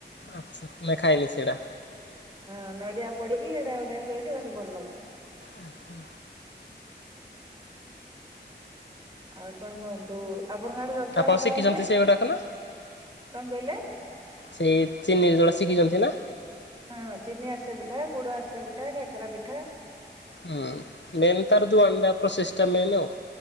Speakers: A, on the left; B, on the right.
A: ଆଛା ନା ଖାଇନି ସେଇଟା
B: ହଁ ନଡ଼ିଡିଆ ପଡିକି ଏଇଟା ଗୋଟେ ହହୁଏ ଜେ ଭାରି ଭଲ ଲାଗେ
A: ଆଚ୍ଛା
B: ଆଉ କଣ କୁହନ୍ତୁ ଆପଣଙ୍କ ଗାଁ ରେ ରଥଯାତ୍ରା
A: ଆପଣ ଶିଖିଛନ୍ତି
B: ହୁଏ କଣ
A: ସେଇଗୁଡାକ ନା
B: କହିଲେ
A: ସେଇ ଚିନି ଯୋଟା ଶିଖିଛନ୍ତି ନା?
B: ହଁ ଚିନି ଆରସା ପିଠା, ଗୁଡ ଆରସା ପିଠା, କାକରା ପିଠା।
A: ହଁ। ମେନ୍ ତାର ଯୋଉ ଅଣ୍ଡା ପ୍ରୋସେସ ଟା ମେନ ଆଉ।